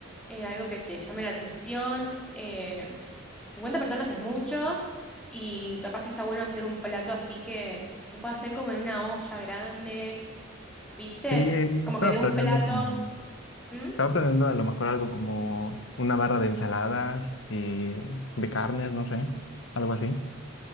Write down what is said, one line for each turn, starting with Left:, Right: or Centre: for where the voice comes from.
Centre: eh, algo que te llame la atención? Em, 50 personas es mucho y capaz que está bueno hacer un plato así que, que se pueda hacer como en una olla grande, ¿viste?
Left: Sí,
Centre: Como
Left: estaba
Centre: que de un
Left: planeando
Centre: plato
Left: como
Centre: ¿Mm?
Left: Estaba planeando a lo mejor algo como una barra de ensaladas y de carnes, no sé, algo así.